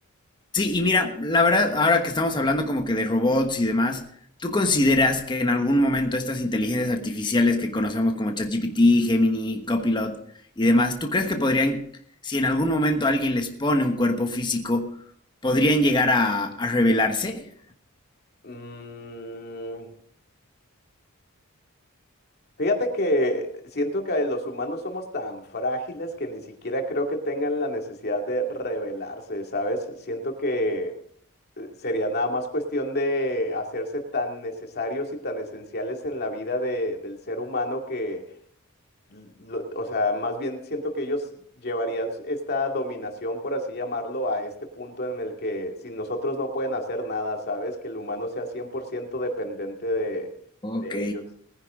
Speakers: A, on the left (about 20°); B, on the left (about 45°).
A: Sí, y mira, la verdad, ahora que estamos hablando como que de robots y demás, ¿tú consideras que en algún momento estas inteligencias artificiales que conocemos como ChatGPT, Gemini, Copilot y demás, ¿tú crees que podrían, si en algún momento alguien les pone un cuerpo físico, podrían llegar a, a revelarse?
B: Mm, fíjate que siento que los humanos somos tan frágiles que ni siquiera creo que tengan la necesidad de rebelarse, ¿sabes? Siento que eh, sería nada más cuestión de hacerse tan necesarios y tan esenciales en la vida de- del ser humano que lo- o sea, más bien siento que ellos llevarían s- esta dominación, por así llamarlo, a este punto en el que si nosotros no pueden hacer nada, ¿sabes? Que el humano sea 100% dependiente de,
A: Ok.
B: de ellos.